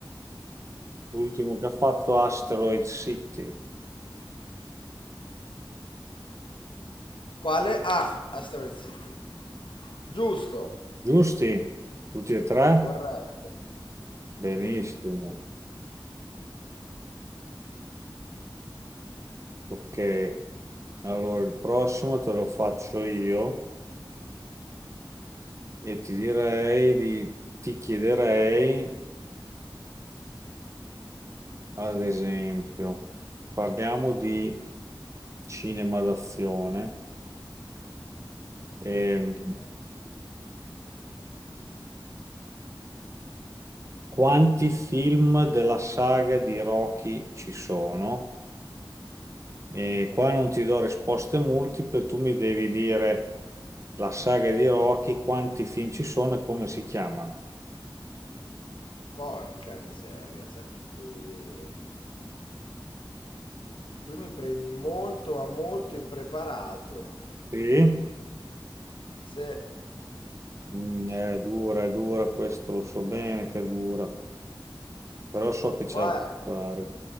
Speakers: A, on the right; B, on the left.
A: l'ultimo che ha fatto Asteroid City.
B: Quale? A, Asteroid City. Giusto.
A: Giusti? Tutti e tre?
B: Corretto.
A: Benissimo, ok. Allora, il prossimo te lo faccio io e ti direi di, ti chiederei, ad esempio, parliamo di cinema d'azione. Ehm,
B: Ok.
A: quanti film della saga di Rocky ci sono? E qua non ti do risposte multiple, tu mi devi dire la saga di Rocky, quanti film ci sono e come si chiamano.
B: Porca miseria, sai che qui... Qui mi prendi molto, ma molto impreparato.
A: Sì?
B: Se
A: Mm, è dura, è dura, questo lo so bene che è dura, però so che
B: qua
A: ce la
B: hai
A: puoi fare.